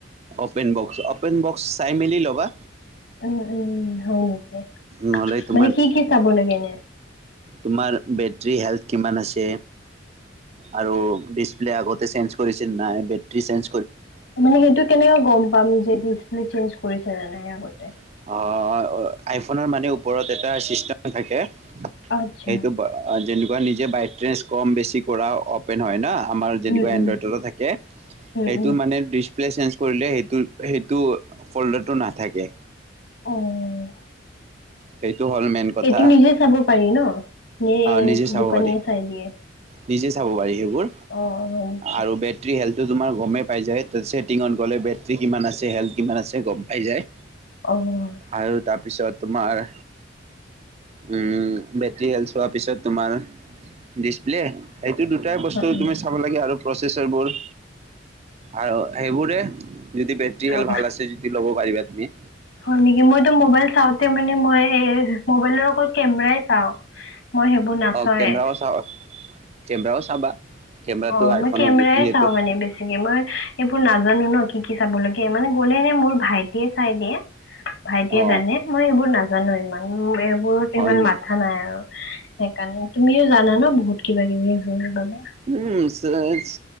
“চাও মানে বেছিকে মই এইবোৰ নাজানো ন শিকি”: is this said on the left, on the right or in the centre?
Left